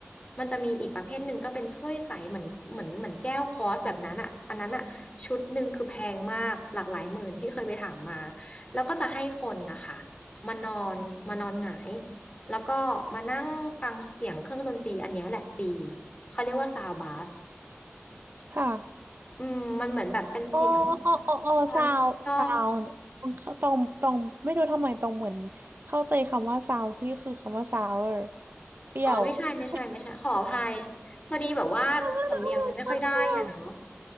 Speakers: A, on the left; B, on the right.
A: มันจะมีอีกประเภทหนึ่งก็เป็นถ้วยใสเหมือนเหมือนเหมือนแก้วคอสแบบนั้นอ่ะอันนั้นอ่ะชุดหนึ่งคือแพงมากหลากหลายหมื่นพี่เคยไปถามมาแล้วก็จะให้คนนะคะ มานอนมานอนหงายแล้วก็มานั่งฟังเสียงเครื่องดนตรีอันเนี้ยแหละตีเขาเรียกว่าซาวบาส
B: ค่ะ
A: อืมมันเหมือนแบบเป็นเสียง
B: โอ้โอ้โอ้โอ้ซาวซาวตรงตรงตรงไม่รู้ทำไมตรงเหมือนเข้าใจคำว่าซาวพี่คือคำว่าซาวเอร์
A: ช้อนคริสตัล
B: เปรี้ยว
A: อ๋อไม่ใช่ไม่ใช่ไม่ใช่ขออภัย
B: <laughs>
A: พอดีแบบว่าสำเนียงมันไม่ค่อยได้อ่ะเนาะ
B: เออเปรี้ยว